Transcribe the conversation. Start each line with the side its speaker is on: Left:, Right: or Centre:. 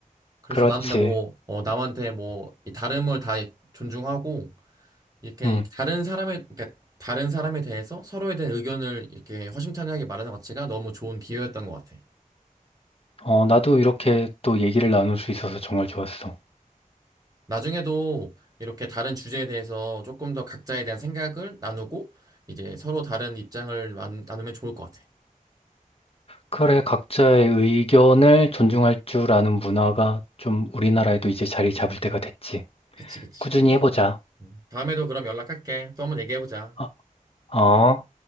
Right: 그래서
Left: 그렇지.
Right: 나는 뭐 어, 남한테 뭐이 다름을 다 존중하고 이렇게
Left: 음.
Right: 다른 사람의 그러니까 다른 사람에 대해서 서로에 대한 의견을 이렇게 허심탄회하게 말하는 가치가 너무 좋은 기회였던 것 같아.
Left: 어, 나도 이렇게 또 얘기를 나눌 수 있어서 정말 좋았어.
Right: 나중에도 이렇게 다른 주제에 대해서 조금 더 각자에 대한 생각을 나누고 이제 서로 다른 입장을 만- 나누면 좋을 것 같아.
Left: 그래, 각자의 의견을 존중할 줄 아는 문화가 좀 우리나라에도 이제 자리 잡을 때가 됐지.
Right: 그치, 그치.
Left: 꾸준히 해보자.
Right: 음. 다음에도 그럼 연락할게. 또 한번 얘기해보자.
Left: 어, 어.